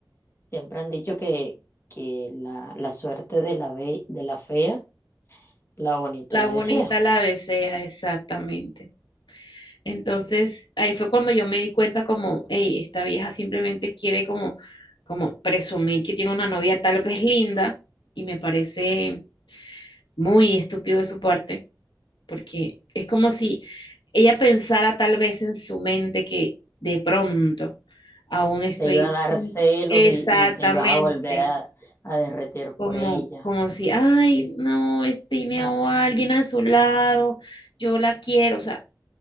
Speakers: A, on the left; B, on the left.
A: Siempre han dicho que, que la, la suerte de la, be- de la fea, la bonita
B: La
A: la
B: bonita
A: desea.
B: la desea, exactamente. Entonces, ahí fue cuando yo me di cuenta como, hey, esta vieja simplemente quiere como, como presumir que tiene una novia tal vez linda y me parece muy estúpido de su parte, porque es como si ella pensara tal vez en su mente que de pronto aún estoy
A: Te iba a dar celos
B: exactamente
A: y, y te ibas a volver a, a derretir por
B: como,
A: ella.
B: como si, ay, no, es- tiene
A: Va-
B: a alguien a su lado, yo la quiero, o sea